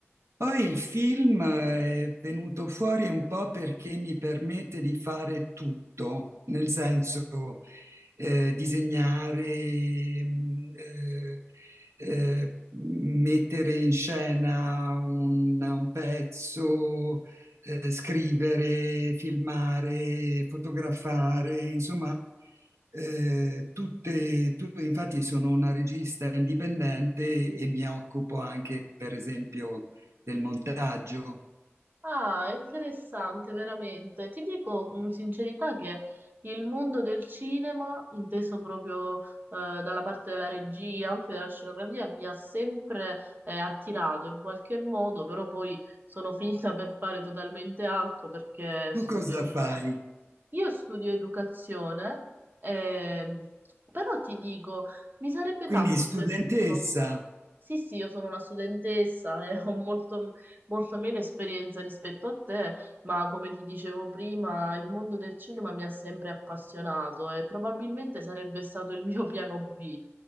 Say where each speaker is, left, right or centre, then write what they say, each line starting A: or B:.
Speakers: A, on the right (about 85°); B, on the right (about 45°).
A: Poi il film è venuto fuori un po' perché mi permette di fare tutto, nel senso eh, disegnare, mh, eh, eh, mettere in scena un, un pezzo, eh, scrivere, filmare, fotografare, insomma, eh, tutte, tu- infatti sono una regista indipendente e mi occupo anche, per esempio, del montaggio.
B: Ah, interessante, veramente. Ti dico con sincerità che il mondo del cinema, inteso proprio eh, dalla parte della regia, anche della scenografia, mi ha sempre eh, attirato in qualche modo, però poi sono <laughs> finita per fare totalmente altro perché
A: Tu
B: studio...
A: cosa fai?
B: Io studio educazione, ehm, però ti dico, mi sarebbe
A: Quindi
B: tanto
A: studentessa.
B: piaciuto. Sì, sì, io sono una studentessa e ho molto, molto meno esperienza rispetto a te, ma come ti dicevo prima, il mondo del cinema mi ha sempre appassionato e probabilmente sarebbe stato il mio piano B.